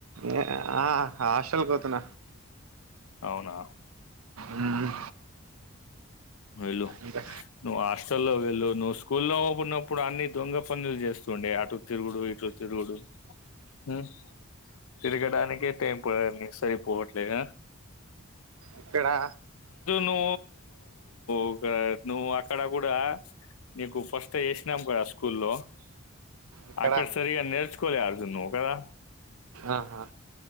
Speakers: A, on the right; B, on the left.
A: ఏ, ఆ హాస్టల్క్ పోతున్న.
B: అవునా
A: మ్మ్.
B: వెళ్ళు
A: ఇంకా
B: నువ్వు హాస్టల్లో వెళ్ళు నువ్వు స్కూల్లో ఉన్నప్పుడు అన్ని దొంగ పనుల్ చేస్ తుండె అటు తిరుగుడు ఇటు తిరుగుడు. మ్ తిరగడానికే టైం పొ సరిపోవట్లేద
A: ఎక్కడా
B: నూ...... ఓకే నువ్వు అక్కడ కూడా నీకు ఫస్ట్ ఏషినం గదా స్కూల్లో
A: ఇక్కడ
B: అక్కడ సరిగా నెర్చుకోలే అర్జున్ నువ్ కదా
A: ఆహా